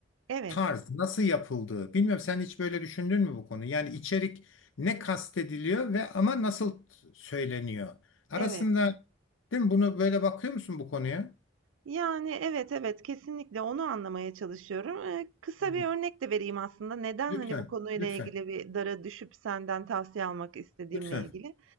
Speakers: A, on the right; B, on the left.
A: Evet,
B: tarz nasıl yapıldığı. Bilmiyorum sen hiç böyle düşündün mü bu konu? Yani içerik ne kastediliyor ve ama nasıl söyleniyor? Arasında
A: evet.
B: değil mi? Bunu böyle bakıyor musun bu konuya?
A: Yani, evet, evet, kesinlikle onu anlamaya çalışıyorum. Eee, kısa
B: Hmm.
A: bir örnek de vereyim aslında. Neden,
B: Lütfen,
A: hani, bu konuyla
B: lütfen,
A: ilgili bir dara düşüp senden tavsiye almak istediğimle
B: lütfen.
A: ilgili.